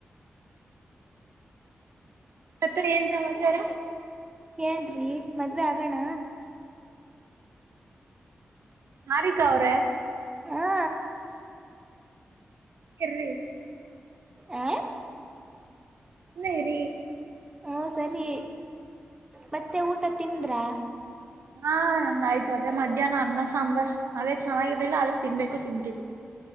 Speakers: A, on the right (about 75°); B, on the right (about 20°).
A: ಅತ್ತ ಏನ್ ಸಮಾಚಾರ
B: ಕೇಳ್ರಿ ಮದ್ವೆ ಆಗೋಣ
A: ಮಾರಿಕ ಅವ್ರೆ
B: ಹಾ
A: ಎರ್ರಿ
B: ಆ
A: ಇ ರರಿ
B: ಹಓ ಸರಿ ಮತ್ತೆ ಊಟ ತಿಂದ್ರಾ
A: ಹಾ ನಂದಾಯಯ್ತು ಅದೇ ಮಧ್ಯಾಹ್ನ ಅನ್ನ ಸಾಂಬಾರ್ ಅದೇ ಚೆನ್ನಾಗಿರ್ಲಿಲ್ಲ ಆದ್ರ ತಿನ್ಬೇಕು ತಿಂತೀವಿ